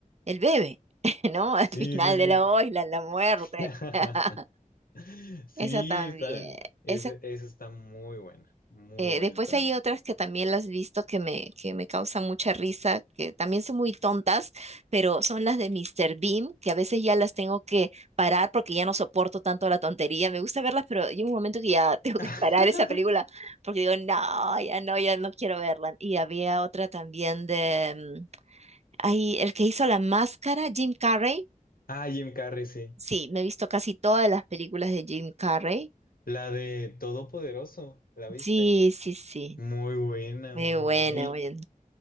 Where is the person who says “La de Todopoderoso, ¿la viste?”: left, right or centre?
Left